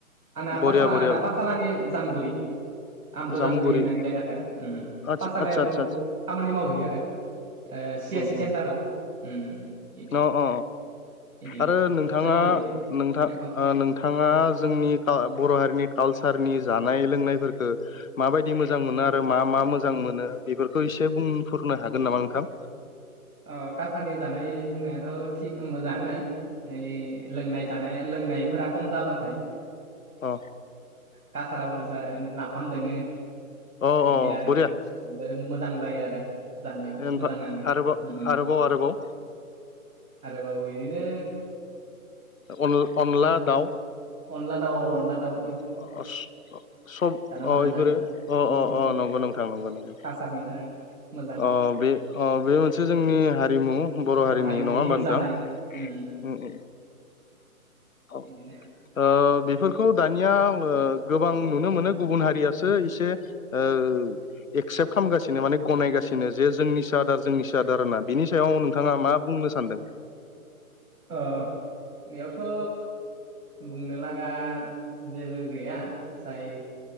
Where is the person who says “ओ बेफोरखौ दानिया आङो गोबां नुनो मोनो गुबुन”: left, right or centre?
Left